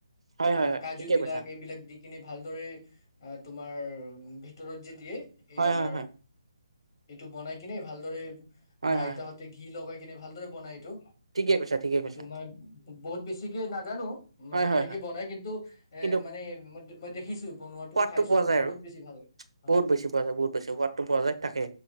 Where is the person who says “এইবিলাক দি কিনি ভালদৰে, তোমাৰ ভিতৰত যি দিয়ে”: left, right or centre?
Left